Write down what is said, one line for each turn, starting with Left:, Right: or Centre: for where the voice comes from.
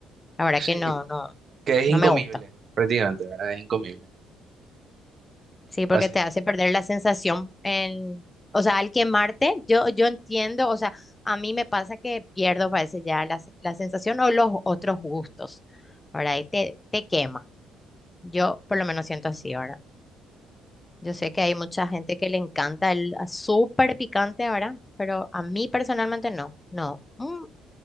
Left: la verdad
Right: Sí,
Left: que no, no,
Right: que es
Left: no
Right: incomible,
Left: me gusta.
Right: prácticamente, ¿verdad? Es incomible.
Left: Sí, porque
Right: Así.
Left: te hace perder la sensación en, o sea, al quemarte, yo, yo entiendo, o sea, a mí me pasa que pierdo, parece ya la, se- la sensación o los otros gustos, ¿verdad? Y te, te quema. Yo por lo menos siento así, ¿verdad? Yo sé que hay mucha gente que le encanta el súper picante, ¿verdad? Pero a mí personalmente no, no, Mm,